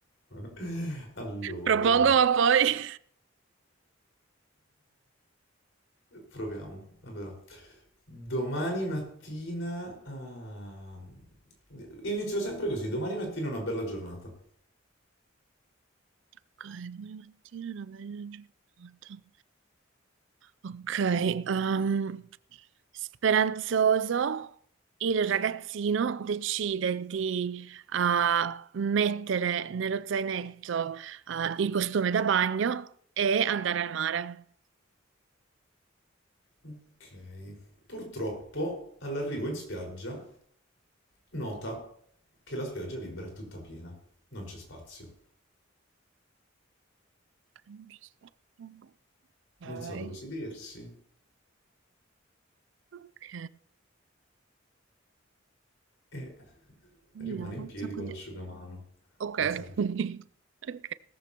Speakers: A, on the left (about 70°); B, on the right (about 65°).
A: <laughs> Allora,
B: Propongo, ma poi...
A: proviamo. Allora, domani mattina... ah, Inizio sempre così, domani mattina è una bella giornata.
B: Ok, domani mattina è una bella giornata. Ok, ehm, Speranzoso, il ragazzino decide di ah, mettere nello zainetto ah, il costume da bagno e andare al mare.
A: Ok. Purtroppo, all'arrivo in spiaggia, nota che la spiaggia libera è tutta piena, non c'è spazio.
B: non ci aspetto. Ok.
A: Non sa dove sedersi
B: Ok.
A: e
B: Io,
A: rimane in
B: non
A: piedi
B: so cosa-
A: con l'asciugamano.
B: Ok,
A: Non sa che... fa.
B: <laughs> ok,